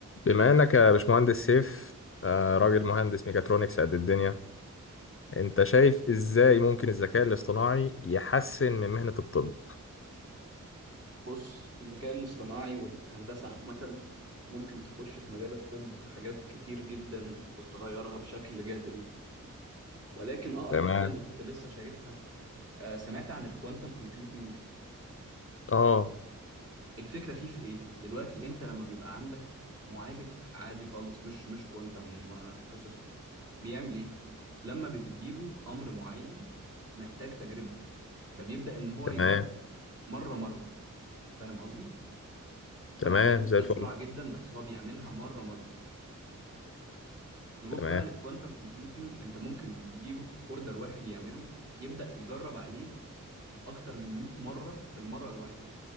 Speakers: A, on the left (about 40°); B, on the right (about 50°).
A: بما انك يا باشمهندس سيف آه، راجل مهندس ميكاترونكس قد الدنيا انت شايف ازاي ممكن الذكاء الاصطناعي يحسن من مهنة الطب
B: بص الذكاء الاصطناعي والهندسة عامة ممكن تخش في مجال الطب في حاجات كتير جدا وتغيرها بشكل جذري ولكن أقرب
A: تمام
B: حاجة أنا كنت لسه شايفها آه، سمعت عن الكوانتم كومبيوتينج
A: اه
B: الفكرة فيه في إيه؟ دلوقتي أنت لما بيبقى عندك معالج عادي خالص مش مش كوانتم بروسيسور بيعمل إيه؟ لما بتديله أمر معين محتاج تجربة فبيبدأ إن هو
A: تمام
B: يجرب مرة مرة فاهم قصدي؟
A: تمام
B: طبعا بيعمل
A: زي
B: ده
A: الفل
B: بسرعة جدا بس هو بيعملها مرة مرة نروح
A: تمام
B: بقى للكوانتم كومبيوتنج انت ممكن تديله اوردر واحد يعمله يبدأ يجرب عليه اكتر من 100 مرة في المرة الواحدة